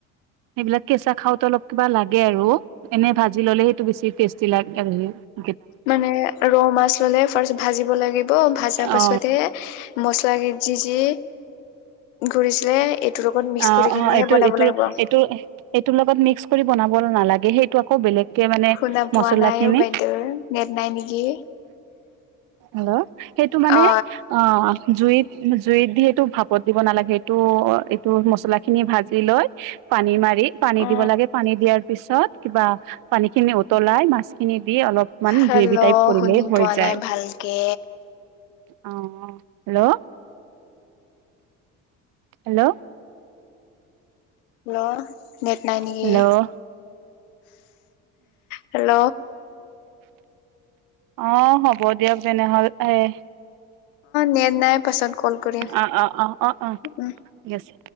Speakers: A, on the right; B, on the left.
A: সেইবিলাক কেঁচা খাওতে অলপ কিবা লাগে আৰু এনেই ভাজি ল'লে সেইটো বেছি টেষ্টি লাগে আৰু সি।
B: মানে ৰৌ মাছ ললে ফাৰ্ষ্ট ভাজিব লাগিব ভাজা
A: অ
B: পাছতহে মছলা ক যি যি ঘূৰিছিলে এইটোৰ লগত মিক্স
A: অ
B: কৰি কিনেহে
A: অ এইটো
B: বনাব
A: এইটো
B: লাগিব
A: এইটো এইটোৰ লগত মিক্স কৰি বনাব নালাগে সেই আকৌ বেলেগকে মানে
B: শুনা
A: মচলা
B: পোৱা নাই
A: খিনি
B: অ বাইদেউৰ নেট নাই নেকি
A: হেল্ল সেইটো মানে
B: অ
A: অ জুইত জুইত দি এইটো ভাপত দিব নালাগে এইটো এইটো মছলা খিনি ভাজি লৈ পানী মাৰি পানী
B: অ
A: দিব লাগে পানী দিয়াৰ পিছত কিবা পানী খিনি উতলাই মাছ খিনি অলপমান
B: হেল্ল'
A: গ্ৰেভি টাইপ কৰিলেই
B: শুনি
A: হৈ
B: পোৱা
A: যায়।
B: নাই ভালকে
A: আহ হেল্ল' হেল্ল'
B: হেল্ল' নেট নাই নেকি
A: হেল্ল'
B: হে হেল্ল'
A: অ হ'ব দিয়ক তেনেহ'লে এ
B: নেট নাই পাছত কল কৰিম
A: অ অ অ অ অ
B: উ
A: ঠিক আছে